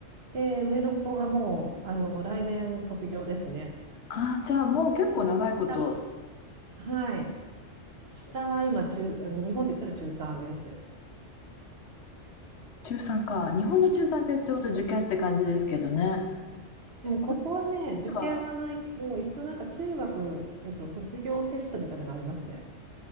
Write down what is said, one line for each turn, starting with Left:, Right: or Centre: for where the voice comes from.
Right: で、上の子がもう、あの、来年卒業ですね。
Left: ああ、じゃあもう結構長いこと
Right: で、下はい。下は今中、日本で言ったら中3です。
Left: 中3か。日本の中3ってちょうど受験って感じですけどね。
Right: もうここはね、
Left: えこっち
Right: 受験はないけど、
Left: は、
Right: 一応なんか中学、えっと、卒業テストみたいなのがありますね。